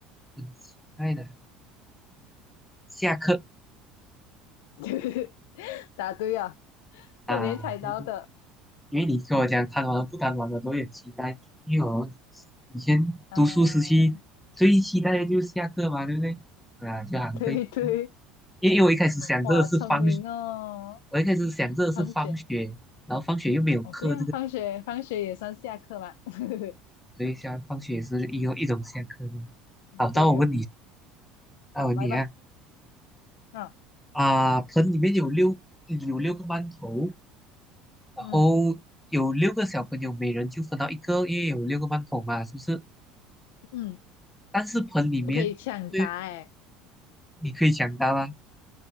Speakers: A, in the centre; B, on the left.
A: 很期待的。下课
B: <laughs> 答对啊，昨天猜到的
A: 啊，对对因为你跟我讲贪玩和不贪玩的都有期待，因为我以前读书时期最期待的就是下课嘛，
B: 啊，
A: 对不对？啊，就好像对，
B: 对对，
A: 因为因为我一开始想这个是放，
B: 哇，聪明哦。
A: 我一开始想这个是放学，
B: 放学，
A: 然后放学又没有课这个，
B: 哦，对啊，放学，放学也算下课吧。<laughs>
A: 所以下放学也是一种一种下课的。好，到我问你，
B: 对哦，
A: 到我问你啊，
B: 好，来吧。啊，
A: 啊，盆里面有六有六个馒头，然后有六个小朋友，
B: 嗯
A: 每人就分到一个，因为有六个馒头嘛，是不是？
B: 嗯，
A: 但是盆里面。
B: 不可以抢答哎。
A: 最你可以抢答啊！